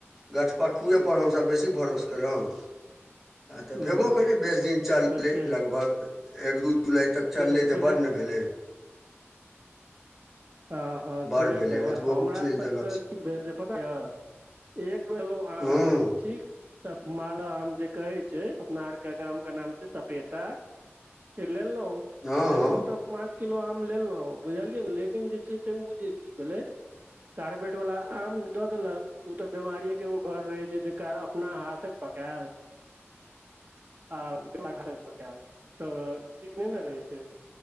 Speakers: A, in the centre; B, on the right.
A: गछपक्खुएपर हमसभ बेसी भरोस केलहुँ। आ तऽ
B: हूँ
A: भेबो केललै बेस दिन चललै
B: से तऽ छै
A: लगभग एक दू जुलाई तक। चललै
B: ओ
A: तऽ
B: छेबे
A: बड् ने
B: करै
A: भेलै।
B: हँ हँ
A: बड़
B: छेबे
A: भेलै
B: करै
A: ओतबो
B: हमरा
A: चलि
B: सबके
A: देलक से
B: की भेल जे पता। एक बेरलहु आम
A: हँ
B: ठीक त मालदह आम जे कहै छै अपना आर के। आमके नाम छै सपेता से लेलहुँ
A: हँ
B: लेलहुँ
A: हँ
B: तऽ। पाँच किलो आम लेलहुँ बुझलियै ने लेकिन जे छै से ओ जे की भेलै। कार्पेट वाला आम दऽ देलक उ तऽ बीमारीए के एगो घर रहे छै जे कार अपना हाथ। पकायल। आरकल तऽ ठीक नहि ने रहै छै।